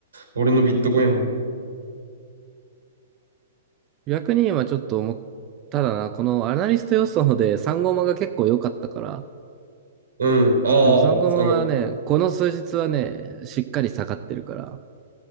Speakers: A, on the right; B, on the right.
A: 俺のビットコインやん。
B: 逆に今ちょっと思っただな、このアナリスト予想で3ゴマが結構良かったから、
A: うん。ああ、
B: でも3ゴマはね、
A: 産後。
B: この数日はね、しっかり下がってるから、